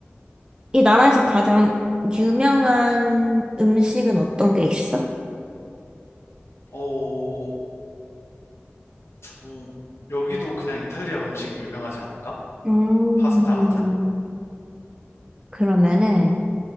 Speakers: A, on the right; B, on the left.
A: 이 나라에서 가장 유명한 음식은 어떤 게 있어?
B: 어, 음, 여기도 그냥 이탈리아 음식이 유명하지 않을까?
A: 음,
B: 파스타 같은?
A: 그러면은,